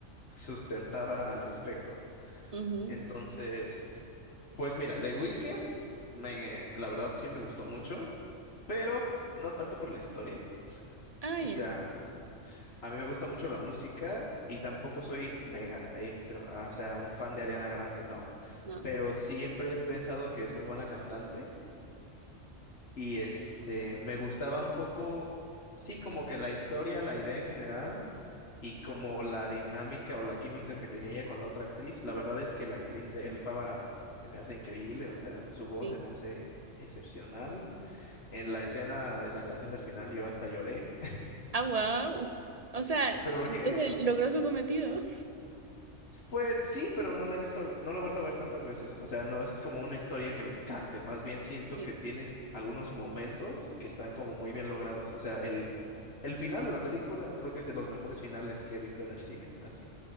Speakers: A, on the left; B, on the right.
A: sustentada al respecto.
B: Ujú.
A: Entonces, pues mira, The Wicked me la verdad sí me gustó mucho, pero no tanto por la historia.
B: Ah,
A: O
B: ya,
A: sea, a mí me gusta mucho la música y tampoco soy mega extrema, o sea, un fan de Ariana Grande, no.
B: no,
A: Pero siempre he pensado que es muy buena cantante y este me gustaba un poco, sí, como que la historia, la idea en general y como la dinámica o la química que tenía ella con la otra actriz. La verdad es que la actriz de Elfaba se me hace increíble, o sea, su voz
B: sí.
A: se me hace excepcional. En la escena, en la canción del final, yo hasta lloré.
B: Ah, wow. O sea,
A: <laughs> Pero
B: entonces
A: porque
B: logró su cometido.
A: Pues sí, pero no la he visto, no la he vuelto a ver tantas veces. O sea, no es como una historia que me encante. Más bien siento
B: Sí.
A: que tienes algunos momentos que están como muy bien logrados. O sea, el, el final de la película creo que es de los mejores finales que he visto en el cine. Así.